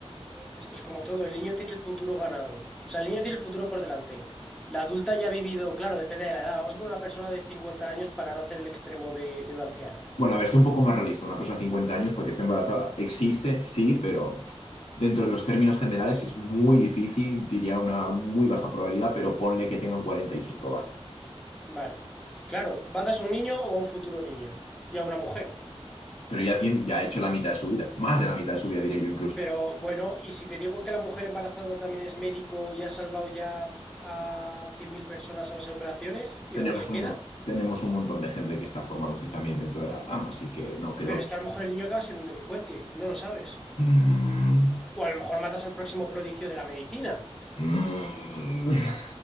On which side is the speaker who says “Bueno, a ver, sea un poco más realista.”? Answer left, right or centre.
Left